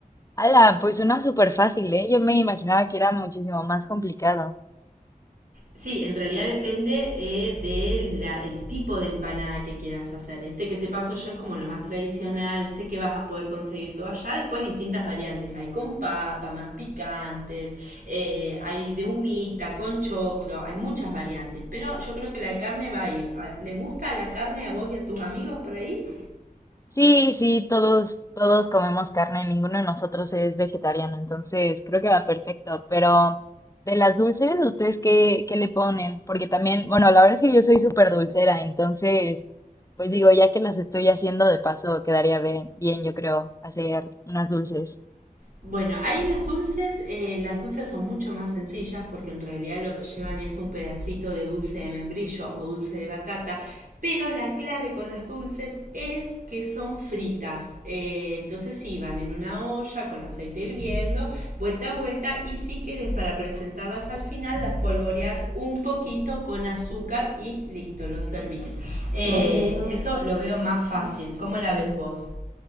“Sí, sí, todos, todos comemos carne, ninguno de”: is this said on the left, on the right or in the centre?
Left